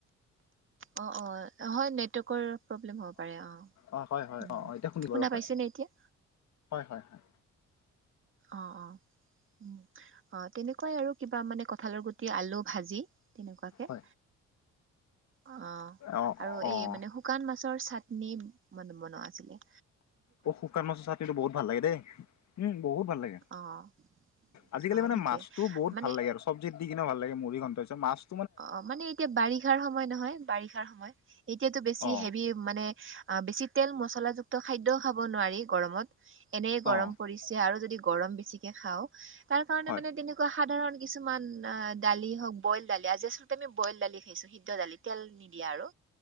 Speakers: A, on the right; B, on the left.
A: অ অ। অ হয় নেটৱৰ্কৰ প্ৰব্লেম হ'ব পাৰে অ,
B: অ' হয় হয়
A: উম
B: অ' এতিয়া শুনি বাৰু
A: শুনা
B: হয়
A: পাইছেনে এতিয়া?
B: হয় হয় হয়।
A: অহ অহ। উম অ তেনেকুৱাই আৰু কিবা মানে কঁঠালৰ গুটি আলু ভাজি তেনেকুৱাকে-
B: হয়
A: অঁ
B: অ'
A: আৰু
B: অ'
A: এই মানে শুকান মাছৰ চাটনি মানে বনোৱা আছিলে।
B: অ শুকান মাছৰ চাটনিটো বহুত ভাল লাগে দেই উম বহুত ভাল লাগে।
A: অ'
B: আজিকালি
A: অ'
B: মানে
A: সেইটোয়ে
B: মাছটো বহুত
A: মানে
B: ভাল লাগে আৰু চব্জিত দি কিনে ভাল লাগে মুৰি ঘন্তা মাছ-
A: অ' মানে এতিয়া বাৰিষাৰ সময় নহয় বাৰিষাৰ সময়। এতিয়াতো বেছি
B: অঁ
A: হেভি। মানে, বেছি তেল মচলা যুক্ত খাদ্য খাব নোৱাৰি গৰমত এনেই গৰম
B: অঁ
A: প- আৰু যদি গৰম বেছিকে খাওঁ তাৰ কাৰণে
B: হয়
A: মানে তেনে- তেনেকুৱা সাধাৰণ কিছুমান অ দালি হওক বইল। দালি আজি আচলতে আমি বইল দালি খাইছো সিদ্ধ দালি তেল নিদিয়া আৰু।